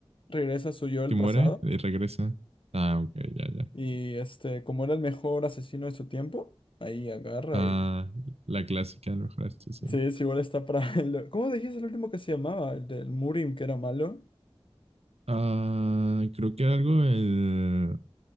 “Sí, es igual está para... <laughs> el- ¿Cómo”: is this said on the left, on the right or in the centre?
Left